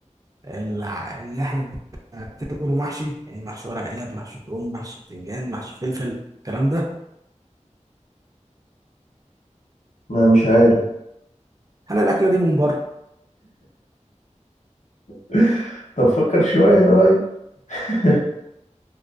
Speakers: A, on the right; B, on the left.
A: الع- اللي إحنا بنعتبره محشي يعني محشي ورق عنب محشي كرنب محشي بتنجان محشي فلفل الكلام ده
B: ما مش عارف
A: هل الأكلة دي من بره؟
B: <laughs> طب فكر شوية طيب <laughs>